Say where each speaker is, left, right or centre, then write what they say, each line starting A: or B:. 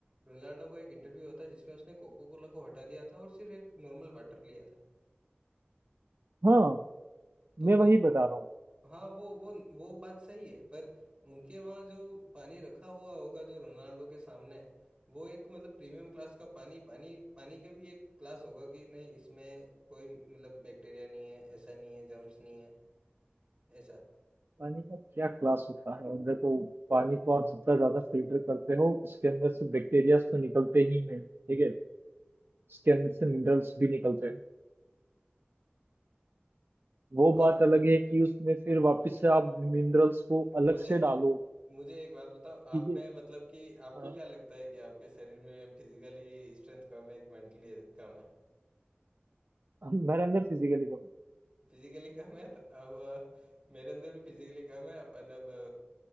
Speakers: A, on the right; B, on the right.
A: रोनाल्डो का एक इंटरव्यू होता है जिसमें उसने कोको कोला को हटा दिया था और सिर्फ एक नॉर्मल वाटर लिया था
B: हाँ
A: तो
B: मैं
A: वो
B: वही बता रहा हूँ
A: हाँ वो वो वो बात सही है पर उनके वहाँ जो पानी रखा हुआ होगा जो रोनाल्डो के सामने है वो एक मतलब प्रीमियम क्लास का पानी पानी पानी का भी एक क्लास होगा कि नहीं इसमें कोई मतलब बैक्टीरिया नहीं है ऐसा नहीं है जर्म्स नहीं है ऐसा
B: पानी का क्या क्लास होता है और देखो पानी को आप जितना ज्यादा फिल्टर करते हो उसके अंदर से बैक्टीरियाज तो निकलते ही हैं ठीक है उसके अंदर से मिनरल्स भी निकलते हैं वो
A: आप
B: बात अलग है कि उसमें फिर वापस से आप मिनरल्स को अलग
A: मुझे
B: से डालो
A: मुझे एक बात बताओ
B: ठीक
A: आप
B: है
A: में मतलब कि आपको
B: अ,
A: क्या लगता है कि आपके शरीर में फिजिकली स्ट्रेंथ कम है कि मेंटली कम है
B: मेरा अंदर फिजिकली कम है
A: फिजिकली कम है तो अब अ, मेरे अंदर भी फिजिकली कम है अपन अब अ,